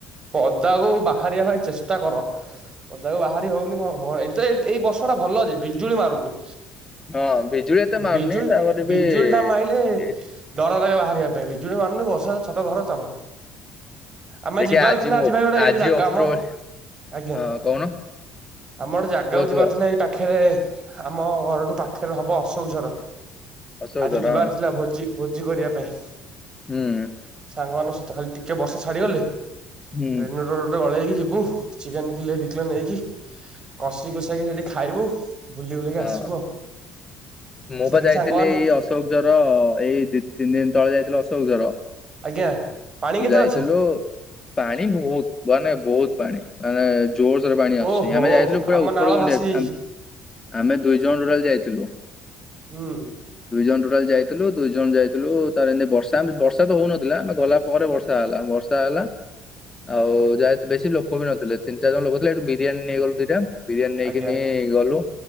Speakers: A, on the right (about 35°); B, on the left (about 20°).
A: ପଦାକୁ ବାହାରିବା ଭାଇ ଚେଷ୍ଟା କର। ପଦାକୁ ବାହାରି ହଉନି କଣ ବ ଏବେ ଏଇ ବର୍ଷ ଟା ଭଲ ଯେ ବିଜୁଳି ମାରୁନି।
B: ହଁ ବିଜୁଳି ଏତେ ମାରୁନି
A: ବିଜୁଳି
B: ତାପରେ ବି
A: ବିଜୁଳିଟା ମାଇଲେ
B: ଏ-
A: ଡର ଲାଗେ ବାହାରିବା ପାଇଁ ବିଜୁଳି ମାରୁନି ବର୍ଷାରେ ଛତା ଧର ଚାଲ, ଆମେ
B: ଦେଖିଆ
A: ଯିବାର ଥିଲା
B: ମୁଁ
A: ଆଜି
B: ଓପ-
A: ପାଇଁ ଗୋଟେ ଏଇଠି ଗୋଟେ ଜାଗା
B: ଓପ୍ରୋ
A: ମ, ଆଜ୍ଞା
B: ହଁ କହୁନ
A: ଆମର ଗୋଟେ ଜାଗାକୁ
B: କୁହ
A: ଯିବାରଥିଲା
B: କୁହ
A: ଏଇ ପାଖେରେ ଆମ ଘରଠୁ ପାଖେରେ ହବ ଅଶୋକ ଝର,
B: ଅଶୋକ
A: ଆଜି
B: ଝର
A: ଯିବାର
B: ହଁ
A: ଥିଲା ଭୋଜି ଭୋଜି କରିବା ପାଇଁ।
B: ହୁଁ
A: ସାଙ୍ଗମାନଙ୍କ ସହିତ ଖାଲି ଟିକେ ବର୍ଷା ଛାଡ଼ିଗଲେ,
B: ହୁଁ
A: ରେନିକୋର୍ଟ ଗୋଟେ ଗୋଟେ ଗଳେଇକି ଯିବୁ, ଚିକେନ୍ କିଲେ ଦିକିଲେ ନେଇକି କଷି କୁଷାକି ସେଠି ଖାଇବୁ, ବୁଲି ବୁଲାକି
B: ହଁ
A: ଆସିବୁ ଆଉ,
B: ମୁଁ
A: ସେଠି
B: ବା ଯାଇଥିଲି
A: ସାଙ୍ଗମାନେ
B: ଏଇ ଅଶୋକ ଝର ଏଇ ଦି ତିନି ଦିନ ତଳେ ଯାଇଥିଲୁ ଅଶୋକ ଝର,
A: ଆଜ୍ଞା ପାଣି କେତେ
B: ଯାଇଥିଲୁ
A: ଅଛି?
B: ପାଣି ବହୁତ ମାନେ ବହୁତ ପାଣି ମାନେ ଜୋରସେରେ ପାଣି ଆସୁଛି
A: ଓହୋ
B: ଆମେ ଯାଇଥିଲୁ ପୁରା
A: ଆମ
B: ଉପରକୁ
A: ନାଳ ଭାସି
B: ମୁଣ୍ଡେଇ ଆସ
A: ଯାଇଛି
B: ଆଣ ଆମେ ଦୁଇ ଜଣ ଟୋଟାଲ୍ ଯାଇଥିଲୁ।
A: ହୁଁ
B: ଦୁଇ ଜଣ ଟୋଟାଲ ଯାଇଥିଲୁ ଦୁଇ ଜଣ ଯାଇଥିଲୁ ତାରେ ଏମିତି ବର୍ଷା ଏମିତି ବର୍ଷା ତ ହଉ ନଥିଲା ଆମେ ଗଲା ପରେ ବର୍ଷା ହେଲା ବର୍ଷା ହେଲା, ଆଉ ଯାହାକି ବେଶୀ ଲୋକ ବି ନଥିଲେ ତିନି ଚାରି ଜଣ ଲୋକ ଥିଲେ ସେଠୁ ବିରିୟାନୀ ନେଇଗଲୁ ଦୁଇଟା। ବିରିୟାନୀ ନେଇକିନି
A: ଆଜ୍ଞା
B: ଗଲୁ।